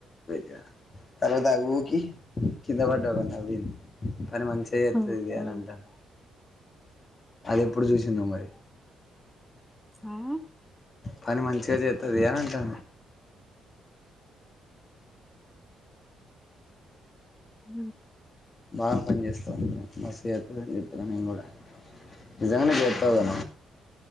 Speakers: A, on the left; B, in the centre.
A: కాడి <unintelligible> కింద బడ్డవు అని నవ్వింది కానీ మంచిగా చేస్తుంది
B: ఉమ్,
A: ఇది అని
B: ఉమ్,
A: అంటారు అది ఎప్పుడు చూసిందో మరి
B: ఆ
A: పని మంచిగా చేస్తది అని అంటా
B: ఉ
A: బాగా పని చేస్తాంట మస్తు చేస్తుంది అని చెప్తున్నా మేము కూడా నిజంగానే చేతవుకదా